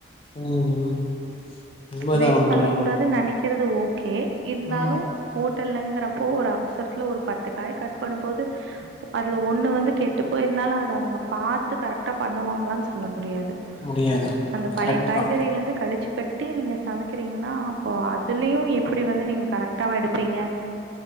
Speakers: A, on the left; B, on the right.
A: ம் ம் உண்மதான்,
B: வேஸ்ட்
A: உண்மதான்.
B: பண்ணக்கூடாது நெனைக்கிறது ஓகே இருந்தாலு
A: ம்.
B: ஹோட் டல்ங்கிறப்போ ஒரு அவசரத்துல ஒரு பத்து காய் கட் பண்ணும்போது அதுல ஒன்னு வந்து கெட்டு போயிருந்தாலு அத அவங்க பாத்து கரெக்டா பண்ணுவாங்களான்னு சொல்ல முடியாது
A: முடியாது.
B: அந்த பழைய
A: கரெக்ட்டு
B: காய்கறிலந்து
A: தான்.
B: கழிச்சு கட்டு ட்டி நீங்க சமைக்கிறீங்கன்னா அப்போ அதுலயு எப்டி வந்து நீங்க கரெக்டா வ எடுப்பீங்க